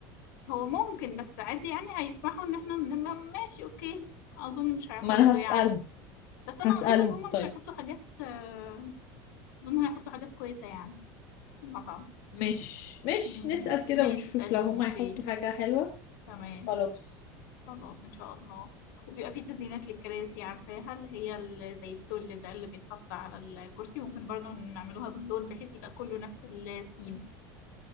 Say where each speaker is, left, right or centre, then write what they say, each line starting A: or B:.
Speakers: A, on the left; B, on the left.
A: هو ممكن بس عادي يعني هيسمحوا إن احنا نم- ماشي اوكي أظن مش هيعترضوا
B: ما انا هسألهم
A: يعني بس أنا
B: هسألهم
A: أظن إن هما مش
B: طيب
A: هيحطوا حاجات آه، أظن هيحطوا حاجات كويسة يعني في المطعم
B: مش مش
A: مم.
B: نسأل
A: ماشي
B: كده ونشوف
A: اسأليهم
B: لو هما
A: اوكي
B: هيحطوا حاجة حلوة
A: تمام
B: خلاص
A: خلاص ان شاء الله وبيبقى في تزيينات للكراسي عارفاها اللي هي ال- زي التل ده اللي بيتحط على الكرسي ممكن برضو نعملوها باللون بحيث يبقى كله نفس السيم